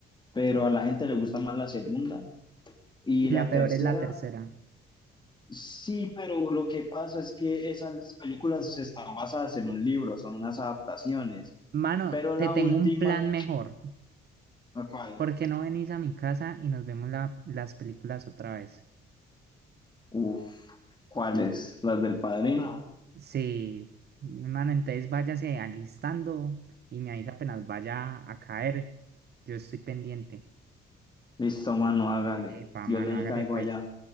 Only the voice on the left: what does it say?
pero a la gente le gusta más la segunda. Y
la
tercera,
Sí, pero lo que pasa es que esas películas están basadas en un libro, son unas adaptaciones.
Pero
la
última,
¿la cuál?
Uf, ¿Cuáles? ¿Las del padrino?
Listo, mano, hágale.
Yo
le
caigo
allá.